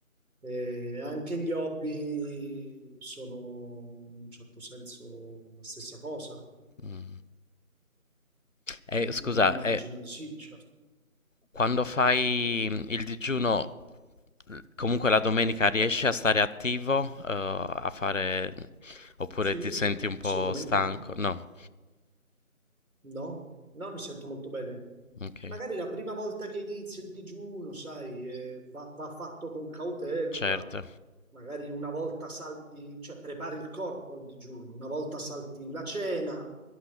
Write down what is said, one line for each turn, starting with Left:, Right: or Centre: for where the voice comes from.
Right: e anche gli hobby sono in un certo senso la stessa cosa,
Left: mh. E scusa,
Right: immagino
Left: e
Right: di sì, certo.
Left: quando fai, mhmm, il digiuno, l comunque la domenica riesci a stare attivo, uhm, a fare oppure
Right: Sì,
Left: ti senti un po'
Right: assolutamente.
Left: stanco? No,
Right: No, no, mi sento molto bene.
Left: okay,
Right: Magari la prima volta che inizia il digiuno, sai, eh, va, va fatto con cautela.
Left: certo.
Right: Magari una volta salti, cioè prepari il corpo al digiuno, una volta salti la cena,